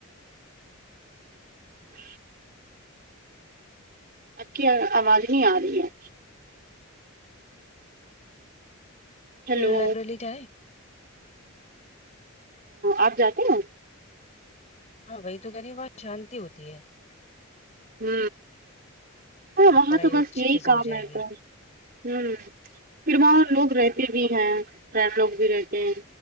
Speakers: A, on the right; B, on the left.
A: جی آپکی آواز نہیں آ رہی ہے ہیلو
B: لائبریری جائے
A: آپ جاتے ہیں
B: ہاں وہی تو کہنی وہاں شانتی ہوتی ہے
A: ہ ہاں وہاں
B: پڑھائی
A: تو بس
B: اچھے
A: یہی
B: سے
A: کام
B: ہو جائے
A: ہے
B: گی
A: تو ہوں پھر وہاں لوگ رہتے بھی ہیں لوگ بھی رہتے ہیں